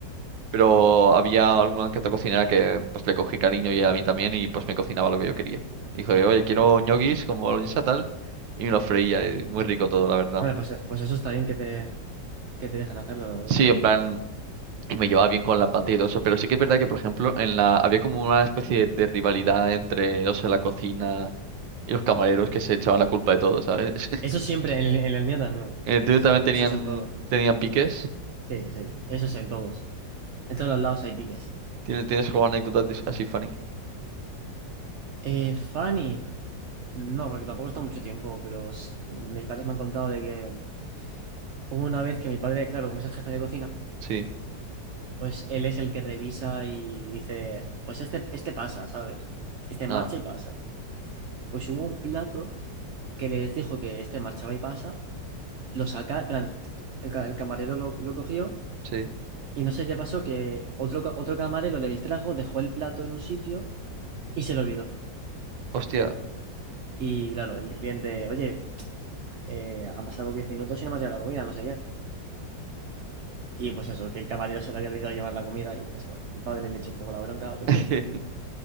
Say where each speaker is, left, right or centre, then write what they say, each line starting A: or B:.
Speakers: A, on the right; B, on the right.
A: Pero había alguna que otra cocinera que pues le cogí cariño y a mí también y pues me cocinaba lo que yo quería. Dijo, oye, quiero ñoquis con boloñesa tal. Y me lo freía, y muy rico todo, la verdad.
B: Bueno, pues, pues eso está bien que te, que te dejen hacerlo, la verdad.
A: Sí, en plan, y me llevaba bien con la pantalla y todo eso, pero sí que es verdad que, por ejemplo, en la había como una especie de, rivalidad entre los de la cocina y los camareros que se echaban la culpa de todo, ¿sabes? <laughs>
B: Eso siempre, en el, en el mío también.
A: En
B: la-
A: el tuyo
B: es-
A: también tenían
B: eso es en todo.
A: tenían piques.
B: Sí, sí, sí, Eso es en todos. En todos los lados hay piques.
A: ¿Tienes, tienes alguna anécdota tis- así funny?
B: Eh, Fanny, no, porque tampoco está mucho tiempo, pero s- mis padres me han contado de que hubo una vez que mi padre, claro, como es el jefe de cocina,
A: Sí.
B: Pues él es el que revisa y dice, pues este, este pasa, ¿sabes? Este
A: Ah,
B: marcha y pasa. Pues hubo un plato que les dijo que este marchaba y pasa, lo saca, en plan, el, ca- el camarero lo, lo cogió
A: sí.
B: y no sé qué pasó, que otro, ca- otro camarero le distrajo, dejó el plato en un sitio y se lo olvidó.
A: Hostia.
B: Y claro, el cliente, oye, eh, han pasado diez minutos y no me ha traído la comida, no sé qué. Y pues eso, que el camarero se le había olvidado llevar la comida y pues bueno, mi padre le echó un poco la bronca, pero
A: <laughs>
B: ya está.